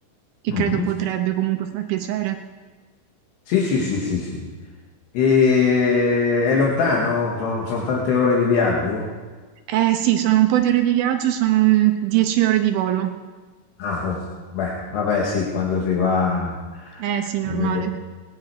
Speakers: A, on the right; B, on the left.
A: che
B: Mhm.
A: credo potrebbe comunque far piacere.
B: Sì, sì, sì, sì, sì. E è lontano? Sono tante ore di viaggio?
A: Eh sì, sono un po' di ore di viaggio, sono un 10 ore di volo.
B: Ah, oh, beh, vabbè, sì, quando si va.
A: Eh sì, normale.
B: Non è da-